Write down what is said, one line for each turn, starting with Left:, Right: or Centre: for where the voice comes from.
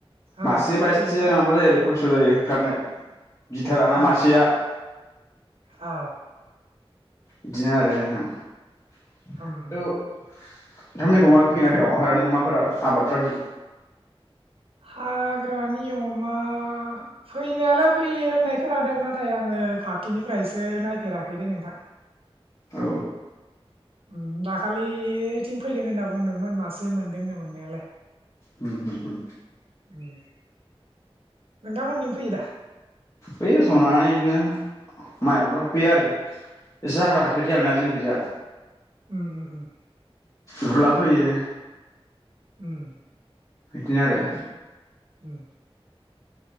Right: अ
Left: मासे
Right: ज'
Left: बा
Right: फैयोना
Left: एसे माबा जायो आरो थ' जायो होखारनो। गिथाराना
Right: अ
Left: मासेया <inaudible>
Right: अ
Left: बिदिनो आरो नोंथां। द <unintelligible>
Right: उम उम
Left: बेयाव हाग्रानि अमा फोरा आबादफ्राव
Right: हाग्रानि अमा फैनायालाय फैयो होननाय खोनादों नाथाय आङो खाथिनिफ्रायसो नायफेराखै दै नोंथां।
Left: औ।
Right: ओम दाखालि ओइथिं फैदों होनना बुंदोंमोन मास ए मोनदोंनो मोननायालाय।
Left: उम होम होम।
Right: उम नोंथामोनथिं फैयोदा?
Left: फैयो सम लानानै इदिनो माइ आबादाव हाबफैयो आरो। एसे हाग्रा
Right: अ
Left: खाथि खाथि जाबायना जोंखैजा।
Right: उम उम उम।
Left: उर्ला फैयो।
Right: उम।
Left: बिदिनो आरो
Right: उम।